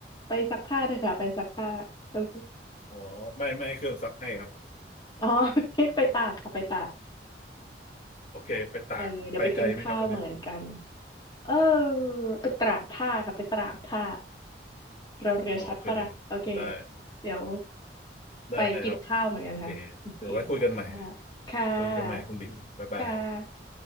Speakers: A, on the left; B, on the left.
A: ไปซักผ้าเถอะค่ะไปซักผ้าโอเค
B: อ๋อไม่ไม่ให้เครื่องซักให้ครับ
A: อ๋อ <laughs> ไปตากค่ะไปตาก
B: <laughs> โอเคไปตากไปไกลไหมครับวันเนี้ย
A: เออเดี๋ยวไปกินข้าวเหมือนกันเออไปตากผ้าค่ะไปตากผ้าเราเรือชัดปะล่ะโอเค
B: อ๋อโอเคได้
A: เดี๋ยว
B: ได้ครับโอเค
A: ไปกินข้าวเหมือนกันค่ะโอเคค่ะ
B: เดี๋ยวไว้คุยกันใหม่
A: ค่ะ
B: คุยกันใหม่คุณบิ่มบ๊ายบาย
A: ค่ะ